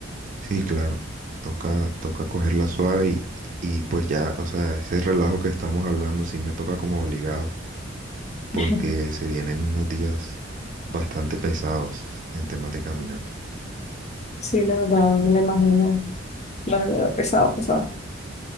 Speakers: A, on the right; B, on the left.
A: Sí, claro, toca, toca cogerla suave y, y pues ya, o sea, ese relajo que estamos hablando sí me toca como obligado. porque
B: <laughs>
A: se vienen unos días bastante pesados en temas de caminata.
B: Sí, la verdad, me lo imagino. La verdad, pesado, pesado.